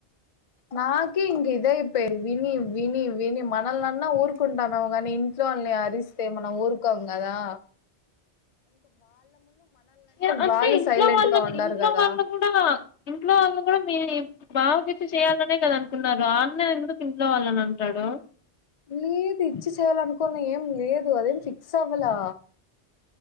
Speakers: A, on the left; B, on the left.
A: నాకే ఇంక ఇదయిపోయింది విని విని విని మనల్నన్న ఊరుకుంటనేమో గానీ ఇంట్లో వాలని అరిస్తే మనం ఊరుకోం గదా
B: అ అంటే
A: వాళ్ళు
B: ఇంట్లో
A: సైలెంట్
B: వాళ్ళది
A: గా ఉండరు
B: ఇంట్లో
A: కదా
B: వాళ్ళు గూడ ఇంట్లో వాల్ వాళ్ళు గుడా మీ బావ కిచ్చే కదా చేయ్యాలనుకున్నారు ఆ అన్న ఎందుకు ఇంట్లో వాళ్ళని అంటాడు
A: లేదు ఇచ్చి చేయాలనుకున్న ఏం లేదు అదేం ఫిక్స్ అవ్వలా